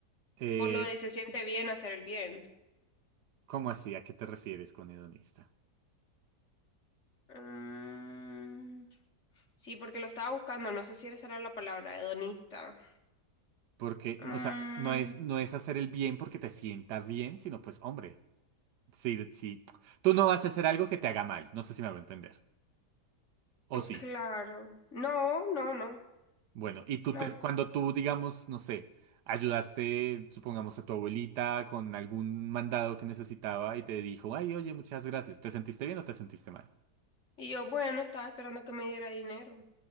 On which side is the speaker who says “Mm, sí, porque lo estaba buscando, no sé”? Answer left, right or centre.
Left